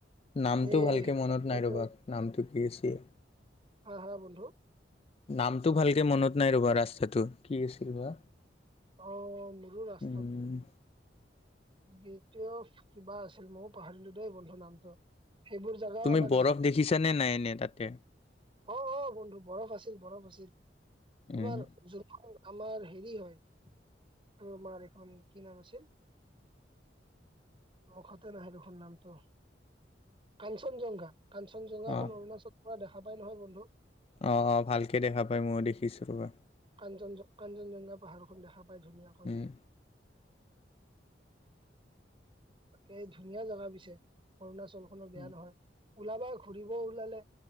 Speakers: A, on the left; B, on the right.
A: নামটো
B: সেই সেই
A: ভালকৈ মনত
B: ৰাস্তাটো
A: নাই ৰ'বা নামটো কি আছিল।
B: হা হা বন্ধু?
A: নামটো ভালকে মনত নাই ৰবা ৰাস্তাতো কি আছিল বা।
B: অ, মোৰো ৰাস্তাতো
A: উম,
B: <unintelligible> কিবা আছিল মইয়ো পাহাৰিলো দেই ব ন্ধু নামটো, সেইবোৰ জাগাও
A: তুমি
B: আমাক
A: বৰফ
B: দেখাইছে।
A: দেখিছানে নাই এনে তাতে?
B: অঁ অঁ বন্ধু বৰফ আছিল বৰফ আছিল,
A: উম,
B: তোমাৰ যোন আমাৰ হেৰি হয় তোমাৰ এখন কি নাম আছিল। মুখতে নাহে দেখোন নামটো, কাঞ্চনজংঘা কাঞ্চনজংঘা এখন
A: অ',
B: অৰুণাচল পৰা দেখা পাই নহয় বন্ধু।
A: অ অ, ভালকে দেখা পায় মইয়ো দেখিছো ৰবা।
B: কাঞ্চন কাঞ্চনজংঘা পাহাৰখন দেখা পাই ধুনীয়াকৈ।
A: উম,
B: তাকে ধুনীয়া জাগা পিছে অৰুণাচলখনো বেয়া
A: উম,
B: নহয়, ওলাবা ঘূৰিব ওলালে